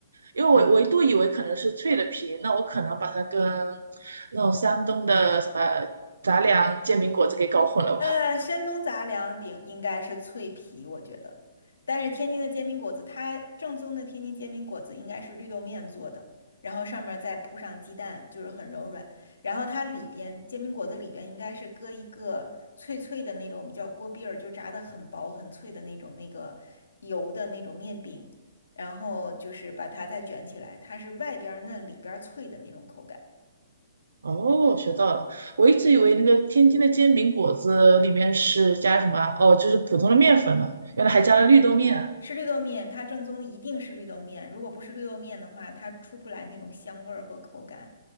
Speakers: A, on the right; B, on the left.
A: 因为我我一度以为可能是脆的皮，那我可能把它跟那种山东的什么杂粮煎饼果子给搞混了吧。
B: 呃，山东杂粮饼应该是脆皮，我觉得。但是天津的煎饼果子，它正宗的天津煎饼果子应该是绿豆面做的，然后上面儿再铺上鸡蛋，就是很柔软。然后它里边煎饼果子里边应该是搁一个脆脆的那种，我们叫锅篦儿，就炸的很薄很脆的那种那个油的那种面饼，然后就是把它再卷起来，它是外边儿嫩里边儿脆的那种口感。
A: 哦，学到了。我一直以为那个天津的煎饼果子里面是加什么？
B: 对。
A: 哦，就是普通的面粉呢，原来还加了绿豆面啊
B: 吃绿豆面，它正宗的一定是绿豆面，如果不是绿豆面的话，它出不来那种香味儿和口感。